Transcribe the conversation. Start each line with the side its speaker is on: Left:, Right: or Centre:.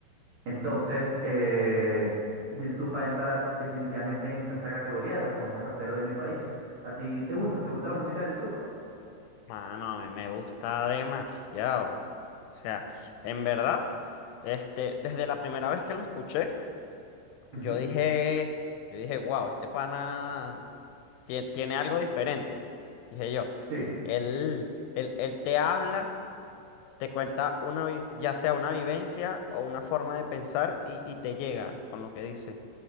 Right: Entonces, eh, Dil Supa entra definitivamente entre esta categoría de los mejores raperos de mi país. ¿A ti te gusta? ¿Te gusta la música de Dil Supa?
Left: Mano, a mí me gusta demasiado. O sea, en verdad, este, desde la primera vez que lo escuché,
Right: Ujú,
Left: yo dije, yo dije, wow, este pana tie- tiene, algo diferente. Dije yo.
Right: Sí.
Left: Él, él, él te habla, te cuenta una, vi- ya sea una vivencia o una forma de pensar y, y te llega con lo que dice